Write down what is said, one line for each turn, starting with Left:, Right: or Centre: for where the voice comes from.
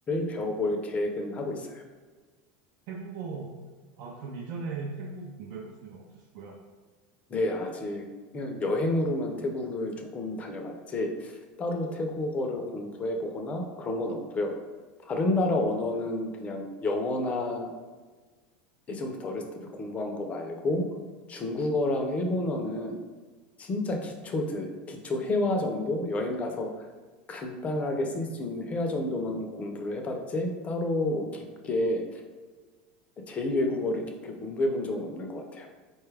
Left: 배워볼 계획은 하고 있어요.
Right: 태국어, 아, 그럼 이전에 태국어 공부해 보신 적은 없으시고요.
Left: 네, 아직 그냥 여행으로만 태국을 조금 다녀봤지 따로 태국어를 공부해보거나 그런 건 없고요. 다른 나라 언어는 그냥 영어나 예전부터 어렸을 때 공부한 거 말고 중국어랑 일본어는 진짜 기초들, 기초 회화 정도 여행 가서 간단하게 쓸 수 있는 회화 정도만 공부를 해봤지 따로 뭐 깊게 제2외국어를 깊게 공부해 본 적은 없는 것 같아요.